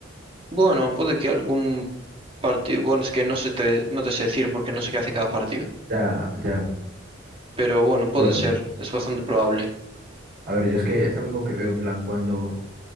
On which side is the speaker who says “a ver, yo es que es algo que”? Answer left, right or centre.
Right